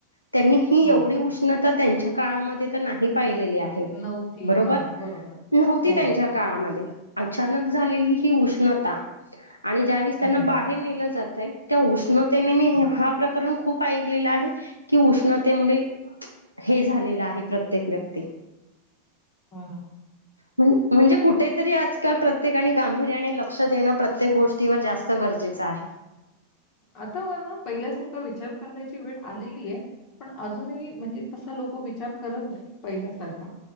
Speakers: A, on the left; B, on the left.
A: त्यांनी ही
B: हो
A: एवढी उष्ण त्यांच्या काळामध्ये तर नाही पाहिलेली आहे
B: नवथी
A: बरोबर
B: हा बरोबर
A: नव्हती
B: हो
A: त्यांच्या काळामध्ये अचानक झालेली ही उष्णता आणि ज्यावेळेस त्यांना
B: हम्म
A: बाहेर नेलं जातंय त्या उष्णतेने मी
B: हम्म
A: हा प्रकरण खूप पाहिलेला आहे की उष्णतेमुळे हे झालेलं आहे प्रत्येक व्यक्ती
B: हो ना
A: म्हणजे कुठेेतरी आजकाल प्रत्येकाने गांभीर्याने लक्ष देणं प्रत्येक गोष्ट किंवा व जास्त गरजेचं आहे.
B: आता ना पहिल्यासारखा विचार करण्याची वेळ आलेली आहे. पण अजूनही म्हणजे तसा लोक विचार करत नाही पहिल्यासारखा